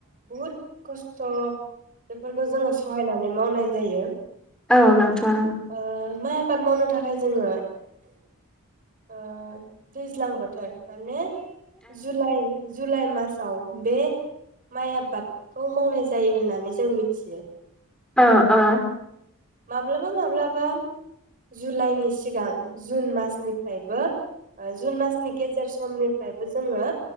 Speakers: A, on the right; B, in the centre.
A: बहुत खस्थ' बेफोरखौ जोङो सहायनानै मावनाय जायो।
B: औ नोथां।
A: ओ माइ आबाद मावनो थाखाय जोङो ओ दैज्लां बोथोर माने जुलाय जुलाइ मास औ बे माइ आबादखौ मावनाय जायो होननानै जों मिथियो।
B: आ आ।
A: माब्लाब ब्ला माब्लाबा जुलाइनि सिगां जुन मासनिफ्रायबो ओ जुन मासनि गेजेर समनिफ्रायबो जोङो